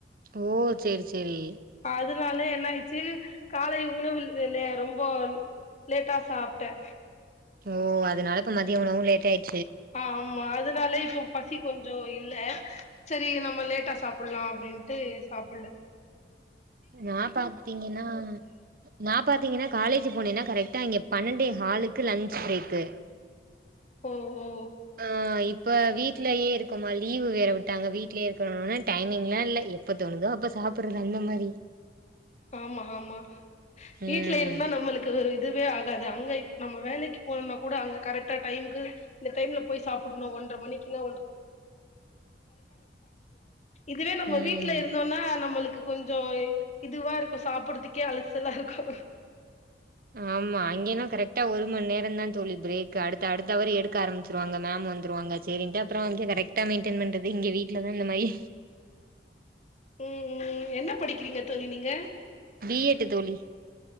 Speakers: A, on the right; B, on the left.
A: ஓ செரி செரி
B: அதனால என்ன ஆயிடுச்சு காலை உணவுல் வேல ரொம்ப லேட்டா சாப்ட்டேன்
A: ஓ அதனால இப்ப மதிய உணவு லேட் ஆயிட்டு
B: ஆ ஆமா அதனால இப்ப பசி கொஞ்சம் இல்ல சரி நம்ம லேட்டா சாப்புலாம் அப்படின்ட்டு சாப்பில
A: நான பாத்தீங்கன்னா நான பாத்தீங்கன்னா காலேஜ் போனேன்னா கரெக்டா அங்க பன்னெண்டே காலுக்கு லஞ்சச் பிரேக்
B: ஒ ஒ
A: ஆ இப்ப இப்ப வீட்லயே இருக்கோமா லீவு வேற விட்டாங்க வீட்லயே இருக்கணும்னா டைமிங் எல்லாம் இல்ல எப்ப தோணுதோ அப்ப சாப்பிடுறது அந்த மாதிரி
B: ஆமா ஆமா வீட்டுல
A: ம்
B: இருந்தா நம்மளுக்கு ஒரு இதுவே ஆகாது அங்க நம்ம வேலக்கு போனோம்னா கூட அங்க கரெக்டா டைமுக்கு இந்த டைம்ல போய் சாப்படணும் ஒன்றரை மணிக்குன்னா இதுவே நம்ம
A: ம்
B: வீட்டுல இருந்தோம்னா நம்மளுக்கு கொஞ்சம் இதுவா இருக்கும் சாப்பிடுறதுக்கே அலசலா இருக்கும்
A: ஆமா அங்கே எல்லாம் ஒரு மணி நேரம் தான் தோழி பிரேக் அடுத்தவர் மேம் வந்துருவாங்க அங்கே கரெக்ட் என்னபண்றத இங்க வீட்டுல தான் இந்த மாரி
B: உஹம் உம் என்ன படிக்கிறீங்க தோலி நீங்க
A: பி எட்டு தோழி